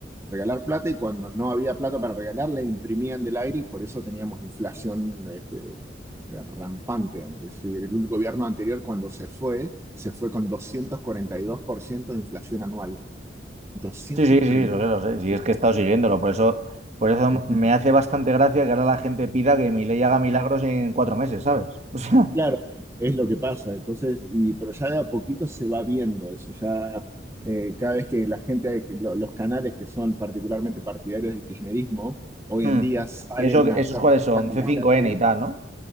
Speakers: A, on the right; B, on the right.
A: regalar plata y cuando no había plata para regalar, la imprimían del aire y por eso teníamos inflación este, rampante antes. El gobierno anterior cuando se fue, se fue con 242% de inflación anual. 242%.
B: Sí, sí, sí, lo sé, lo sé. Sí, es que he estado siguiéndolo, por eso, por eso
A: Es
B: me
A: un-
B: hace bastante gracia que ahora la gente pida que Milei haga milagros en cuatro meses, ¿sabes? <laughs> O sea,
A: Claro, es lo que pasa. Entonces, y, pero ya de a poquito se va viendo eso. Ya eh, cada vez que la gente, que lo- los canales que son particularmente partidarios del kirchnerismo, hoy
B: mm.
A: en día salen
B: ¿Y eso,
A: a
B: esos
A: hacer
B: cuáles son?
A: en
B: c
A: la
B: cinco
A: calle
B: n y tal, ¿no?